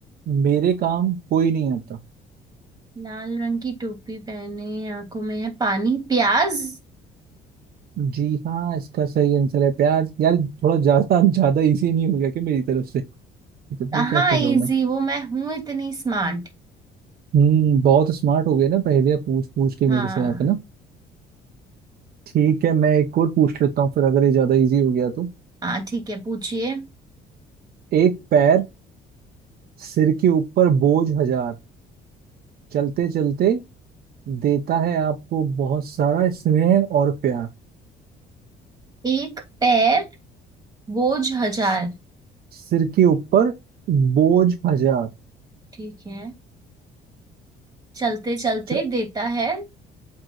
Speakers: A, on the right (about 60°); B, on the right (about 20°).
A: मेरे काम कोई नहीं आता
B: लाल रंग की टोपी पहने आंखों में है पानी प्याज
A: जी हाँ इसका सही आंसर है प्याज यार थोड़ा ज्यादा ज्यादा इजी नहीं हो गया क्या मेरी तरफ से तो
B: हाँ
A: ये क्या कर
B: इजी
A: रहा हूँ मैं
B: वो मैं हूं इतनी स्मार्ट
A: हम्म बहुत स्मार्ट हो गए ना पहले पूछ पूछ के
B: हाँ
A: मेरे से आप है ना ठीक है मैं एक और पूछ लेता हूँ फिर अगर ये ज्यादा इजी हो गया तो
B: हाँ ठीक है पूछिए
A: एक पैर सिर के ऊपर बोझ हजार चलते चलते देता है आपको बहुत सारा स्नेह और प्यार
B: एक पैर बोझ हजार
A: स- सिर के ऊपर बोझ हजार
B: ठीक है चलते चलते
A: च-
B: देता है